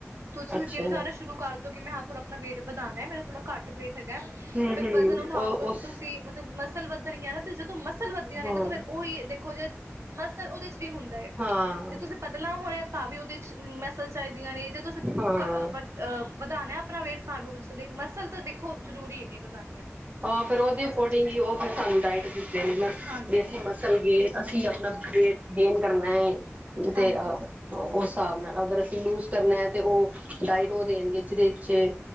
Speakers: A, on the right; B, on the right.
A: ਤੁਸੀਂ
B: ਅੱਛਾ
A: ਵੀ ਜਿੰਮ ਜਾਣਾ ਸ਼ੁਰੂ ਕਰ ਦੋ, ਕਿ ਮੈਂ ਥੋੜਾ ਆਪਣਾ ਵੇਟ ਵਧਾਉਦਾ ਮੇਰਾ ਥੋੜਾ ਘੱਟ ਵੇਟ ਹੈਗਾ
B: ਹਮ
A: ਫਿਰ
B: ਹਮ
A: ਵਜ਼ਨ ਉਠਾਓਗੇ
B: ਉਹ
A: ਉੱਥ
B: ਉਸ
A: ਤੁਸੀਂ ਮਤਲਬ ਮਸਲ ਵੱਧਣਗੀਆਂ ਨਾ, ਤੇ ਜਦੋਂ ਮਸਲ ਵੱਦੀ
B: ਹਾਂ
A: ਨੇ ਨਾ ਤਾਂ ਫੇਰ ਉਹੀ ਦੇਖੋ ਜੇ ਮਸਲ ਉਹਦੇ ਚ ਵੀ ਹੁੰਦਾ ਹੈ,
B: ਹਾਂ
A: ਜੇ ਤੁਸੀਂ ਪਤਲਾ ਹੋਣਾ ਤਾਂ ਵੀ ਉਹਦੇ ਚ ਮਸਲ ਚਾਹੀਦੀਆਂ ਨੇ, ਜੇ ਤੁ
B: ਹਾਂ
A: ਵੱਡ <inaudible> ਅਹ ਵਧਾਣਾ ਆਪਣਾ ਵੇਟ, ਤਾਂ ਲਈ ਮਸਲ ਤਾਂ ਦੇਖੋ ਜ਼ਰੂਰੀ ਹੈਗੀ ਵਧਾਣੀ ਆ
B: ਹਾਂ ਫਿਰ ਉਹਦੇ
A: ਇਹ
B: ਅਕੋਰਡਿੰਗ
A: ਸਭ ਚੀਜ਼ਾਂ
B: ਹੀ ਉਹ ਫਿਰ ਸਾਨੂੰ ਡਾਇਟ ਦਸਦੇ ਨਾ
A: ਹਾਂਜੀ
B: ਵੀ ਅਸੀਂ ਮ ਚੱਲ ਜੇ ਅਸੀਂ ਆਪਣਾ ਵੇਟ ਗੇਨ ਕਰਨਾ ਹੈ,
A: ਹਾਂਜੀ
B: ਤੇ ਅ ਉਸ ਹਿਸਾਬ ਨਾਲ, ਅਗਰ ਅਸੀਂ ਲੂਜ ਕਰਨਾ ਹੈ ਤੇ ਉਹ ਡਾਇਟ ਉਹ ਦੇਣਗੇ ਜਿਹਦੇ ਜੇ,